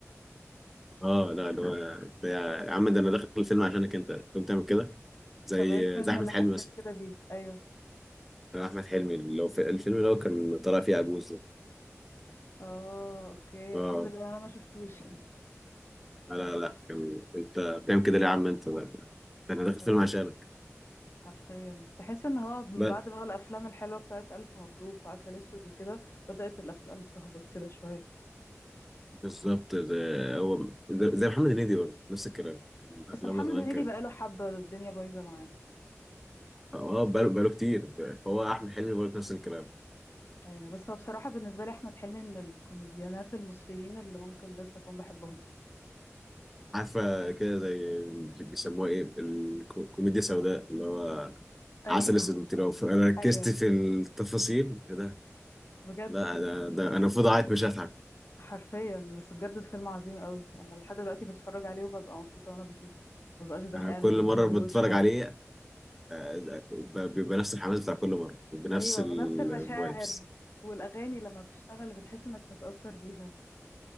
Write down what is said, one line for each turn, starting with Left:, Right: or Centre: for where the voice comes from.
Centre: اه لا ده هو- ده يا عم ده انا داخل الفيلم عشانك انت تقوم تعمل كده
Left: <laughs>
Centre: زي
Left: طب ايه الفيلم
Centre: زي احمد
Left: اللي
Centre: حلمي
Left: حسيت
Centre: مثلا
Left: كده بيه ايوه
Centre: كان احمد حلمي اللي هو في الفيلم اللي هو كان طالع فيه عجوز ده.
Left: اه اوكي
Centre: اه
Left: الحمد لله انا ما شفتوش
Centre: لا لا لا، كان انت بتعمل كده ليه يا عم انت ده ده انا داخل
Left: <laughs>
Centre: الفيلم
Left: ايوه
Centre: عشانك
Left: حرفيا تحس ان هو من
Centre: بس
Left: بعد بقى الافلام الحلوه بتاعت الف مبروك وعسل اسود وكده بدات الافلام تهبط كده شويه
Centre: بالظبط ده هو ده- زي محمد هنيدي برضه نفس الكلام كان
Left: بس
Centre: افلامه
Left: محمد
Centre: زمان
Left: هنيدي
Centre: كانت
Left: بقى له حبه الدنيا بايظه معاه
Centre: اه بقاله بقاله كتير فهو احمد حلمي برضه نفس الكلام
Left: أيوة بس هو بصراحه بالنسبه لي احمد حلمي من الكوميديانات المصريين اللي ممكن لسه اكون بحبهم
Centre: عارفة كده زي بيسموها ايه الكوميديا السوداء اللي هو
Left: ايوه
Centre: عسل اسود وانتي فانا ركزت
Left: ايوه
Centre: في التفاصيل ايه ده
Left: بجد
Centre: لا ده, ده انا المفروض اعيط مش هضحك
Left: حرفيا بس بجد فيلم عظيم قوي يعني لحد دلوقتي بتفرج عليه وببقى مبسوطه وانا بشوفه ما ببقاش زهقانه
Centre: انا كل
Left: اني
Centre: مرة
Left: بريوتش
Centre: بتفرج
Left: حاجه
Centre: عليه آه، ب- بيبقى نفس الحماس بتاع كل مرة بنفس
Left: ايوه
Centre: الفايبس
Left: ونفس المشاعر والاغاني لما بتشتغل بتحس انك متاثر بيها